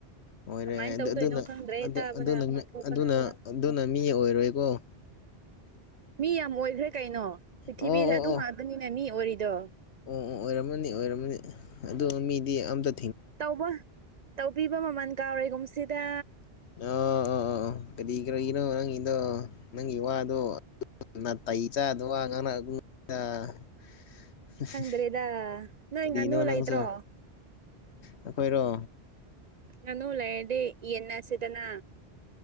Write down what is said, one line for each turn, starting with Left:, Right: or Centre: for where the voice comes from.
Left: ꯑꯣꯏꯔꯦ
Right: ꯀꯃꯥꯏ
Left: ꯑꯗꯨꯅ
Right: ꯇꯧꯗꯣꯏꯅꯣ ꯈꯪꯗ꯭ꯔꯦ
Left: ꯑꯗꯨ
Right: ꯇꯥꯕꯅ
Left: ꯑꯗꯨꯅ
Right: ꯑꯃ ꯊꯣꯛꯄꯅ
Left: ꯑꯗꯨꯅ
Right: ꯑꯃ
Left: ꯑꯗꯨꯅ ꯃꯤ ꯑꯣꯏꯔꯣꯏꯀꯣ
Right: ꯃꯤ ꯌꯥꯝ ꯑꯣꯏꯈ꯭ꯔꯦ ꯀꯩꯅꯣ ꯄ꯭ꯔꯤꯊꯤꯕꯤꯗ
Left: ꯑꯣ ꯑꯣ ꯑꯣ
Right: ꯑꯗꯨ ꯉꯥꯛꯇꯅꯤꯅꯦ ꯃꯤ ꯑꯣꯏꯔꯤꯗꯣ
Left: ꯑꯣ ꯑꯣ ꯑꯣꯏꯔꯝꯃꯅꯤ ꯑꯣꯏꯔꯝꯃꯅꯤ ꯑꯗꯨ ꯃꯤꯗꯤ ꯑꯃꯇ
Right: ꯇꯧꯕ ꯇꯧꯕꯤꯕ ꯃꯃꯜ ꯀꯥꯎꯔꯦꯒꯨꯝꯁꯤꯗ
Left: ꯑꯣ ꯑꯣ ꯑꯣ ꯀꯔꯤ ꯀꯔꯒꯤꯅꯣ ꯅꯪꯒꯤꯗꯣ ꯅꯪꯒꯤ ꯋꯥꯗꯣ ꯅꯥꯇꯩ ꯆꯥꯗꯕ ꯋꯥ ꯉꯥꯡꯅꯒꯨꯝꯁꯤꯗ ꯍꯥꯍꯥ
Right: ꯈꯪꯗ꯭ꯔꯦꯗ ꯅꯣꯏ
Left: ꯀꯔꯤꯅꯣ
Right: ꯉꯥꯅꯨ
Left: ꯅꯪꯁꯨ
Right: ꯂꯩꯇ꯭ꯔꯣ
Left: ꯑꯩꯈꯣꯏꯔꯣ
Right: ꯉꯥꯅꯨ ꯂꯩꯔꯗꯤ ꯌꯦꯟꯅꯁꯤꯗꯅ